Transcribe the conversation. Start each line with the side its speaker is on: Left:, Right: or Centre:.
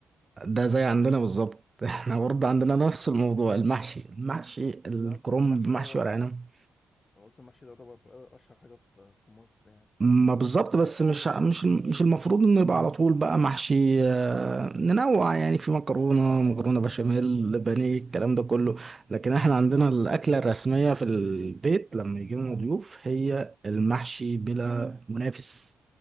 Right: ده زي عندنا بالظبط <laughs> احنا
Left: <laughs> طب،
Right: برضه عندنا نفس الموضوع المحشي المحشي الكرنب
Left: لا أصلاً المحشي
Right: محشي
Left: ده هو
Right: ورق عنب
Left: أصلا المحشي ده طبعا أشهر حاجة في في مصر يعني
Right: ما بالظبط
Left: أشهر
Right: بس
Left: أكل
Right: مش
Left: أشهر أكل
Right: مش
Left: مصرية
Right: مش المفروض انه يبقى على طول بقى محشي آه، ننوع يعني في مكرونه مكرونه بشاميل بانيه الكلام ده كله لكن
Left: مم.
Right: احنا عندنا الاكله الرسميه في البيت لما يجي لنا ضيوف هي المحشي بلا منافس